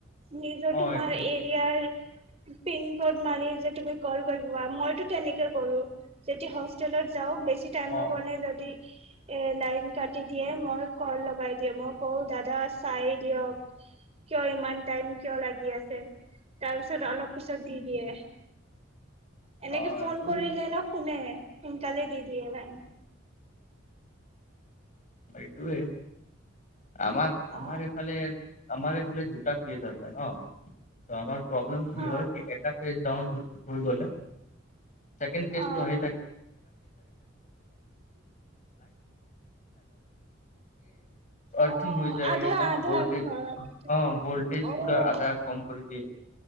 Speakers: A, on the right; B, on the left.
A: নিজৰ তোমাৰ
B: অ এইটো
A: এৰিয়াৰ মাৰি যে তুমি কল মইতো তেনেকে কৰো যেতিয়া হছতেলত যাওঁ বেছি টাইম
B: অ
A: কাৰণে যদি এ লাইন কাটি দিয়ে মই কল লগাই দিওঁ মই কওঁ দাদা চাই দিয়ক কিয় ইমান টাইম কিয় লাগি আছে তাৰ পিছত অলপ পিছত দি দিয়ে এনেকে
B: অ
A: ফোন
B: এইটো
A: কৰিলে ন শুনে সোনকালে দি দিয়ে ভাই
B: এইটোৱে আমাৰ
A: অ
B: আমাৰ এইফালে আমাৰ এইফালে দুটা ফেজ আছে ন আমাৰ প্ৰব্লেম কি
A: অ
B: হয় এটা পেজ ডাউন হৈ গলে <inaudible> কি ন
A: অ
B: এই আৰ্থিং
A: অ
B: হৈ যায়
A: আধা
B: একদম
A: আধা
B: ভল্টেজ
A: ঘৰত।
B: অ ভোল্টেজ
A: অ
B: পুৰা আধা কম কৰি দিয়ে